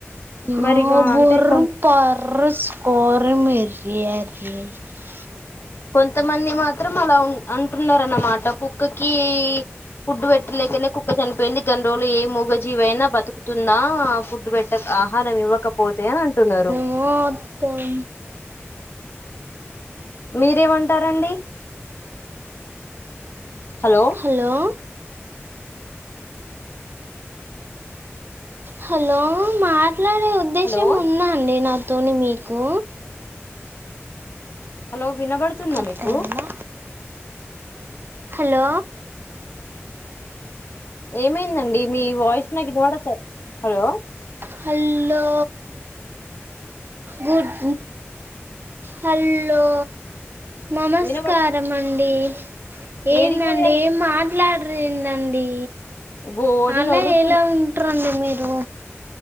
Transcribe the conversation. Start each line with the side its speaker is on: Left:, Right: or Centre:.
Right: <unintelligible>
Left: మరిగా అంటే కొ కొంతమంది మాత్రం అలా ఉన్ అంటున్నారు అన్నమాట కుక్కకి ఫుడ్ పెట్టలేకనే కుక్క చనిపోయింది గన్ని రోజులు ఏ మూగజీవి అయినా బతుకుతుందా ఫుడ్ పెట్ ట్టక్ ఆహారం ఇవ్వకపోతే అని అంటున్నారు
Right: మోత్తం
Left: మీరేం అంటారండి హలో
Right: హలో హలో మాట్లాడే ఉద్దేశం
Left: హలో
Right: ఉందా అండి నాతోని మీకు
Left: హలో వినబడుతుందా
Right: కట్
Left: మీకు
Right: అయిందా హలో
Left: ఏమైందండి మీ వాయిస్ నాకు ఇనవడత హలో
Right: హల్లో గుడ్ హల్లో నమస్కారం
Left: వినబ
Right: అండి ఏందండి
Left: ఏడికి పోయారు
Right: ఏం మాట్ ట్లాడరేందండి
Left: బోడిని
Right: అలా
Left: ఒర్రుతు
Right: ఎలా ఉంట్రండి మీరు